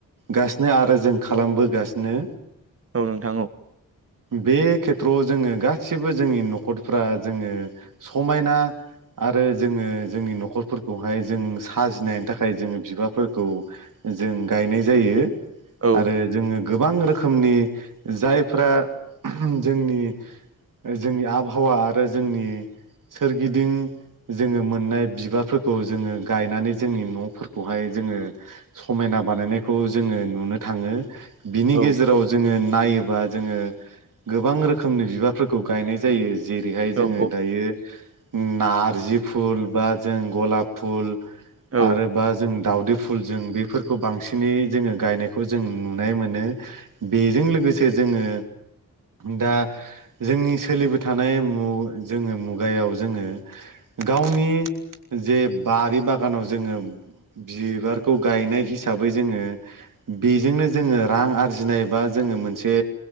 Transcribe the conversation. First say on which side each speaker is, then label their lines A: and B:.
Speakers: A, on the right; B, on the right.
A: गासिनो आरो जों खालामबोगासिनो।
B: औ नोंथां औ
A: बे खेथ्रआव जोङो गासिबो जोंनि न'खरफ्रा जोङो समायना आरो जोङो जोंनि न'खरफोरखौहाय जों साजिनायनि थाखाय जोङो बिबारफोरखौ जों गायनाय जायो
B: औ
A: आरो जोङो गोबां रोखोम रोखोमनि जायफ्रा जोंनि जोंनि आबहावा आरो जोंनि सोरगिदिं जोङो मोननाय बिबारफोरखौ जोङो गायनानै जोंनि न'फोरखौहाय जोङो समायना बानायनायखौ जोङो नुनो थाङो बिनि
B: औ
A: गेजे जोङो नायोबा जोङो गोबां रोखोमनि बिबारफोरखौ गायनाय जायो जेरैहाय जोङो
B: औ
A: दायो नारजि फुल बा जों गलाब फुल
B: औ
A: आरोबा जों दावदै फुल जों बेफोरखौ बांसिनै जोङो गायनायखौ जों नुनाय मोनो। बेजों लोगोसे जोङो दा जोंनि सोलिबो थानाय जोङो मुगायाव जोङो गावनि जे बारि बागानाव जोङो बिबारखौ गायनाय हिसाबै जोङो बेजोंनो जोङो रां आरजिनाय बा जोङो मोनसे